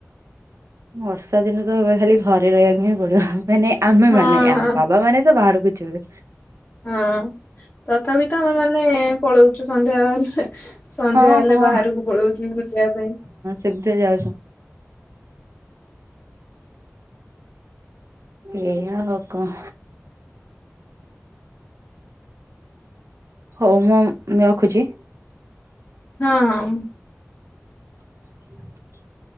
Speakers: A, on the right; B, on the left.
A: ବର୍ଷା ଦିନ ତ ହ ଖାଲି ଘରେ ରହିବାକୁ ହିଁ ପଡିବ ମାନେ। ଆମେମାନେ
B: ହଁ ହଁ
A: ବାବା ମାନେ ତ ବାହାରକୁ ଯିବେ।
B: ହଁ ତଥାପି ତ ଆମେ ମାନେ ପଳଉଚୁ ସନ୍ଧ୍ୟା ବାହାରିଲେ ସନ୍ଧ୍ୟା
A: ହଁ
B: ହେଲେ
A: ହଁ
B: ବାହାରକୁ ପଳଉଚୁ ବୁଲିବା ପାଇଁ।
A: ଏବେ ଯାଉଚୁ। ଏଇଆ ଆଉ କ ଅଂ। ହଉ ମୁଁ ରଖୁଚି।
B: ହଁ ହଁ।
A: ହ